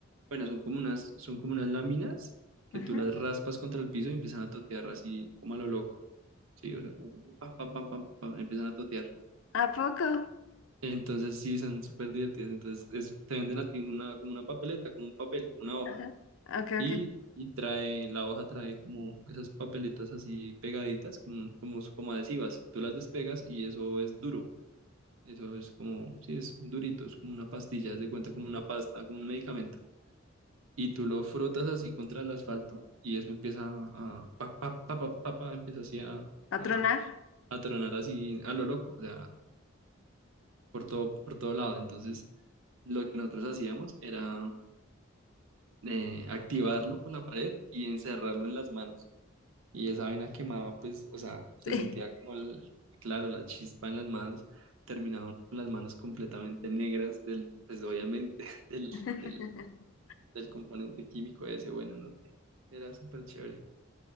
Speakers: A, on the right; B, on the left.
A: Bueno, son como unas, son como unas láminas que
B: ajá.
A: tú las raspas contra el piso y empiezan a totear así como a lo loco, ¿sí? O sea, como pam, pam, pam, pam, pam, empiezan a totear.
B: ¿A poco?
A: Entonces sí, son súper divertidas. Entonces es- te venden a ti una, como una papeleta, como un papel, como una hoja.
B: Ajá. Ok,
A: Y,
B: ok.
A: y trae, la hoja trae como esas papeletas así pegaditas, como, como, como adhesivas. Tú las despegas y eso es duro. Eso es como, sí, es durito, es como una pastilla, es de cuenta como una pasta, como un medicamento. Y tú lo frotas así contra el asfalto y eso empieza a, pa, pa, pa, pa, pa, pa, empieza así a,
B: ¿A
A: a,
B: tronar?
A: a tronar así a lo loco. O sea, por todo, por todo lado. Entonces, lo que nosotros hacíamos era eh, activarlo con la pared y encerrarlo en las manos. Y esa vaina quemaba, pues, o sea, se
B: Sí.
A: sentía como, el- claro, la chispa en las manos, terminaban con las manos completamente negras del, pues, obviamente, <laughs> del,
B: <laughs>
A: del, del componente químico ese, bueno, no sé, era súper chévere.